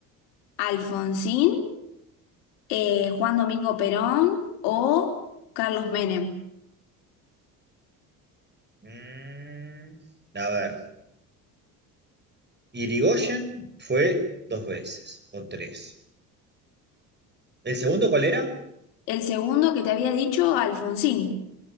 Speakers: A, on the left; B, on the right.
A: Alfonsín, eh, Juan Domingo Perón o Carlos Menem.
B: Mm, a ver, Irigoyen fue dos veces o tres. ¿El segundo cuál era?
A: El segundo que te había dicho, Alfonsín.